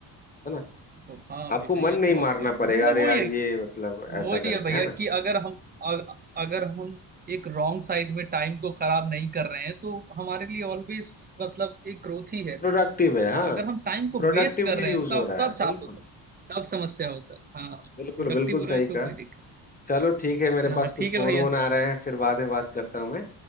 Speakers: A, on the left; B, on the right.
A: ना
B: तो हाँ
A: आपको
B: भैया
A: मन
B: ये
A: नहीं
B: तो
A: मारना
B: आपका एकदम
A: पड़ेगा
B: मतलब
A: अरे
B: वही
A: यार
B: है
A: ये मतलब
B: वही
A: ऐसा करके
B: है भैया
A: है ना
B: कि अगर हम अ, अगर हम एक रॉन्ग साइड में टाइम को खराब नहीं कर रहे हैं तो हमारे लिए ऑलवेज मतलब एक ग्रोथ ही है
A: प्रोडक्टिव
B: फिर
A: है
B: हाँ
A: हाँ
B: अगर हम टाइम को
A: प्रोडक्टिवली
B: वेस्ट कर रहे
A: यूज
B: हैं
A: हो
B: तब
A: रहा
B: तब
A: है
B: चाप
A: बिल्कुल
B: होता है तब समस्या होता है हाँ
A: बिल्कुल
B: प्रोडक्टिव
A: बिल्कुल
B: हो
A: सही
B: रहा है तो
A: कहा
B: कोई दिक्कत
A: चलो ठीक है मेरे
B: हाँ
A: पास कुछ
B: ठीक है
A: फोन
B: भैया
A: वोन आ रहे हैं फिर बाद में बात करता हूँ मैं